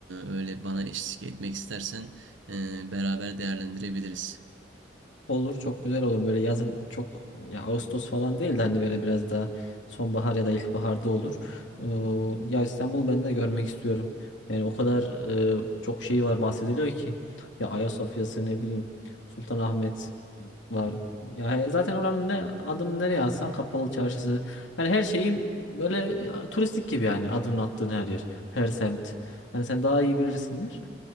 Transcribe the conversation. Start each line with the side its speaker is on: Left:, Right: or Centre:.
Right: öyle bana eşlik etmek istersen e, beraber değerlendirebiliriz.
Left: Olur çok güzel olur böyle yazın çok ya Ağustos falan değil de hani böyle biraz daha sonbahar ya da ilkbaharda olur. Ee, ya İstanbul ben de görmek istiyorum. Yani o kadar e, çok şey var bahsediliyor ki ya Ayasofya'sı ne bileyim Sultanahmet e, var. Ya he- zaten oranın ne adımı nereye atsan kapalı çarşısı. Yani her şeyi böyle ya, turistik gibi yani adımını attığın her yer, her semt. Yani sen daha iyi bilirsindir.